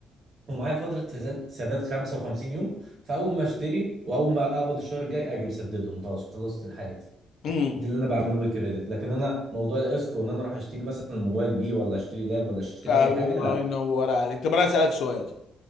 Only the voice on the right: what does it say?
ومعايا فتره سداد سداد 55 يوم فاول ما اشتري واول ما اقبض الشهر الجاي اجي مسددهم خلاص خلصت حياتي
دي اللي انا بعمله بالكريدت لكن انا موضوع القسط وان انا اروح اشتري مثلا الموبايل بيه ولا اشتري لاب ولا اشتري
اي حاجه لا